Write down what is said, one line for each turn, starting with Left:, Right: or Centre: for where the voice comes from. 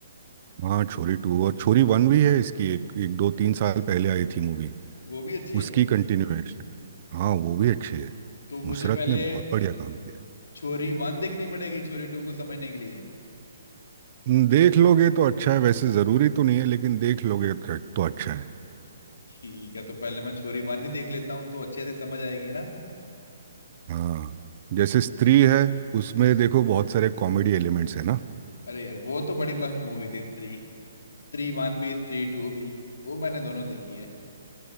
Right: हाँ छोरी टू और छोरी वन भी है इसकी एक एक दो तीन साल पहले आई थी मूवी
Left: वो भी अच्छी है
Right: उसकी कंटिन्यूएशन हाँ वो भी अच्छी है
Left: तो
Right: नुसरत
Left: मुझे पहले
Right: ने बहुत बढ़िया काम किया
Left: छोरी वन देखनी पड़ेगी छोरी टू को समझने के लिए
Right: न, देख लोगे तो अच्छा है वैसे ज़रूरी तो नहीं है लेकिन देख लोगे तो तो अच्छा है
Left: ठीक है तो पहले मैं छोरी वन ही देख लेता हूँ तो अच्छे से समझ आएगी ना
Right: हाँ जैसे स्त्री है उसमें देखो बहुत सारे कॉमेडी एलिमेंट्स है ना
Left: अरे यार वो तो बड़ी मस्त मूवी थी स्त्री स्त्री वन भी स्त्री टू भी वो मैंने दोनों देखी है